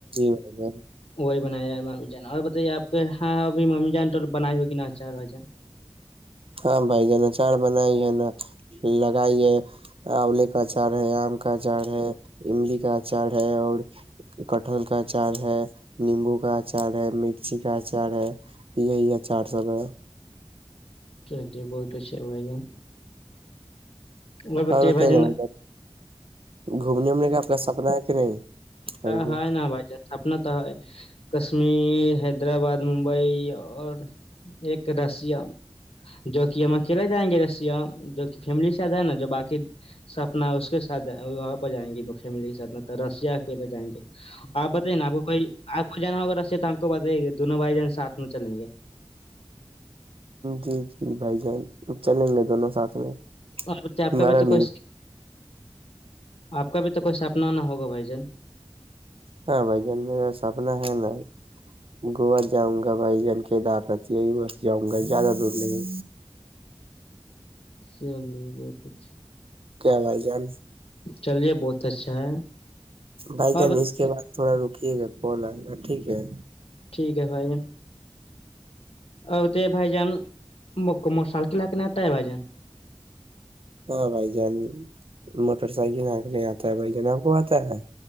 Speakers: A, on the right; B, on the left.
A: بھائی جان
B: وہ بنایا ہے ماممی جان اور بتائیے آپ کے ہاں ابھی ممی جان ٹل بنائی ہوگی نا چار وزن
A: ہاں بھائی جنا چاڑ بناائی ہے نا لگائیے <inaudible> کا جاڑ ہے آم کا جاڑ ہے <inaudible> کا اچار ہے اور کٹہل کا اچار ہے نیمبو گاچھ آچار ہے مرچی کا آچار ہے یہی آچار سب ہے
B: چلیے بہ تو بائی جان اور
A: اورر
B: بتائیے بھائی جان
A: ن م گھومنے انے کا اپ کا سپنا ہے کہ نہیں کہیں
B: ہاں
A: پہ
B: ہے ن بائی سپنا تو ہے کشمیر حیدرآباد ممبئی اور ایک راسیا جو کہ ہم اکیلےائیں گے جو فیم کےاتھ نا جو باقی سپنا ہے اس کے سات وہاں پہ جائیں گی فیملی کے سھ رشیا کل جائیں گے آپ بتائیے نا آپ کو کئی آپ کو جان ہوگا سے تو ہم کو بےائی گے دونوں بھائی جان ساتھ میں چلیں گے
A: جی جی بھائی جان چلیں گے دونوں ساتھ میں
B: اور آپ
A: ہمارا
B: کا بھی تو کھ
A: نہیں
B: آپ کا بھی تو کوئی سپنا نہ ہوگا بھائی جان
A: ہاں بائی جانم سپنا ہے نا گوا جاؤں گا بھائی جن کے دار میں یہی بس جاؤں گا زیادہ دور نہیں
B: چ بہت اچھا
A: کیا بھائی جان
B: چلیے بہت اچھا ہے
A: بھائی
B: اور
A: جان
B: بت-
A: اس کے بعد تھوڑا رکیے گا کال آئے گا ٹھیک ہے
B: ٹھیک ہے بھائی او تو بھائی جام م م سال کی لکنے آتا ہے بھ جن
A: ہاں بھائی جان موٹر سائیکل آکنے آتا ہے بھائی جان آپ کو آتا ہے